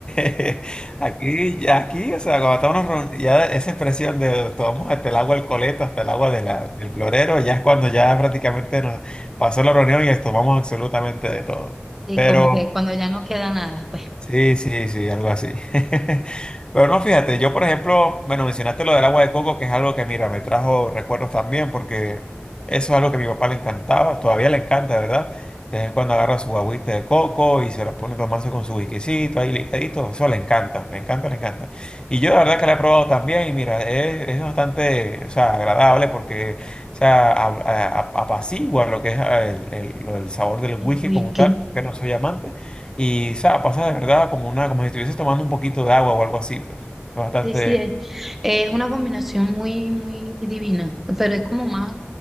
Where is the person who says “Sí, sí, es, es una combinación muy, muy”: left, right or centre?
Centre